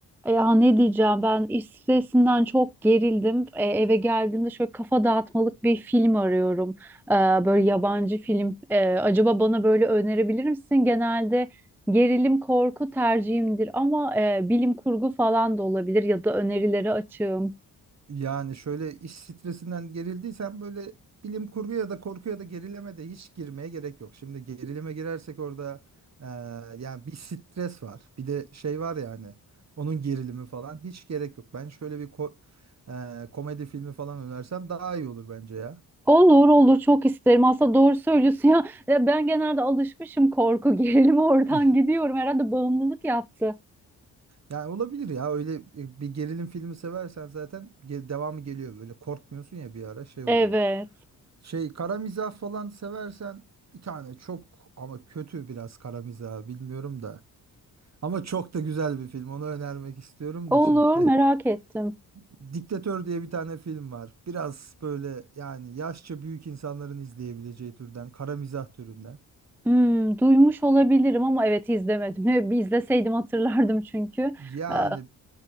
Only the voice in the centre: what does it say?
E, Ya ne diyeceğim ben iş stresinden çok gerildim. E, eve geldiğimde şöyle kafa dağıtmalık bir film arıyorum. E, böyle yabancı film. E, acaba bana böyle önerebilir misin? Genelde gerilim korku tercihimdir ama e, bilim kurgu falan da olabilir ya da önerileri açığım.
Olur olur çok isterim. Aslında doğru söylüyorsun ya. Ya Ben genelde alışmışım korku <laughs> gerilime oradan
gidiyorum. Herhalde bağımlılık yaptı.
Evet.
Olur
merak ettim.
Hmm, duymuş olabilirim ama evet izlemedim. <laughs> Bir izleseydim hatırlardım çünkü.
Ee,